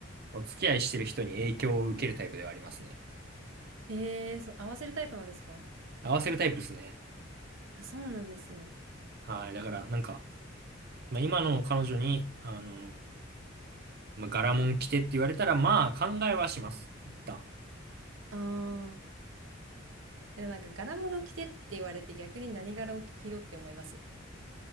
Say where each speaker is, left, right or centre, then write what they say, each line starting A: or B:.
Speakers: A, on the right (about 55°); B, on the right (about 90°).
A: お付き合いしてる人に影響を受けるタイプではありますね。
B: ええ、そう、合わせるタイプなんですか
A: 合わせるタイプですね。
B: あ、そうなんですね。
A: はい、だからなんか、まあ、今の彼女に、あの、まあ、柄もん着てって言われたら、まあ考えはします。一旦。
B: ああ。え、なんか柄物着てって言われて逆に何柄を着ようって思います。